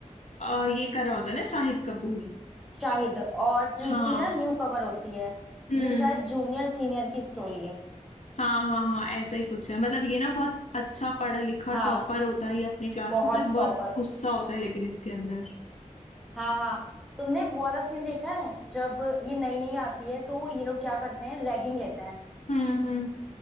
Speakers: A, on the left (about 60°); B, in the centre.
A: आ, ये कर रहा होता है ना शाहिद कपूर
B: शाहिद और प्रीति
A: हाँ
B: ना न्यू कमर होती है
A: हम्म
B: ये शायद जूनियर सीनियर की स्टोरी है
A: हाँ हाँ हाँ ऐसा ही कुछ है मतलब ये ना बहुत अच्छा पढ़ा लिखा
B: हाँ
A: टॉपर होता है ये अपने क्लास
B: बहुत
A: में तो ये बहुत
B: टॉपर
A: गुस्सा होता है लेकिन इसके अंदर
B: हाँ हाँ तुमने वो वाला सीन देखा है जब ये नई नई आती है तो ये लोग क्या करते हैं रैगिंग लेते हैं
A: हम्म हम्म